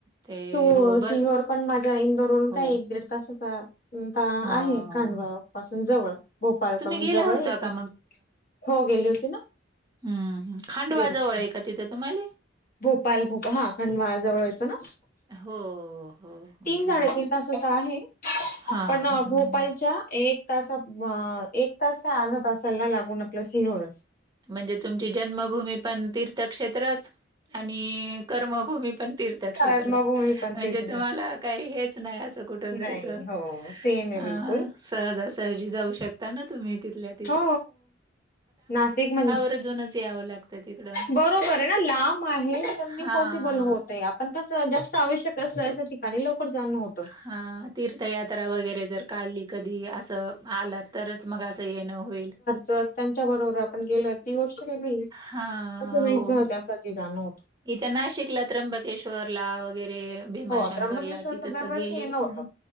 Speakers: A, on the right; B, on the left.
A: ते
B: सो
A: हो, ब
B: सिंहर पण माझ्या इंदोर वरून
A: हो.
B: काय एक दीड- कसं का ता
A: हां.
B: आहे खांडवा पासून जवळ भोपाळकडून
A: तुम्ही गेला
B: जवळ
A: होता
B: एक
A: का
B: ता- हो गेली होती ना.
A: हम्म खांडवा
B: गेली
A: जवळ आहे का तिथं तुम्हाले?
B: भोपाल भोपाल हा खंडवा जवळ येतो ना,
A: हो, हो, हो.
B: तीन - तसच आहे
A: हां,
B: पण
A: हां.
B: भोपाळच्या एक- तास एक तास का अर्धा तासाला लागून आपला सिंहळच.
A: म्हणजे तुमची जन्मभूमी पण तीर्थक्षेत्रच आणि कर्मभूमी पण- तीर्थक्षेत्र
B: कर्मभूमी पण
A: म्हणजे
B: तेच
A: तुम्हाला काही हेच नाही अस- कुठ जायचं
B: नाही हो सेम आहे
A: अ
B: बिलकुल
A: सहजासहजी जाऊ शकता ना तुम्ही तिथल्यात-
B: हो नाशिक मध्ये.
A: अजूनच यावं लागतं. त्या तिथं
B: बरोबर आहे ना लांब आहे तर नाही
A: हां.
B: पॉसिबल होत आहे. पण कसं जास्त आवश्यक असलं अशा ठिकाणी लवकर जाण होतं..
A: हा तीर्थयात्रा वगैरे जर काढली कधी असं आला तरच मग असं येणं होईल
B: जर त्यांच्या बरोबर आपण गेल ती गोष्ट वेगळी
A: हां,
B: असं नाही
A: हो.
B: सहजासहजी जाण होतं..
A: इथं नाशिकला त्र्यंबकेश्वरला वगैरे भीमाशंकरला
B: हो त्र्यंबकेश्वर
A: तिथंस
B: तर दरवर्षी
A: गेलेली
B: येणं होतं.
A: आहे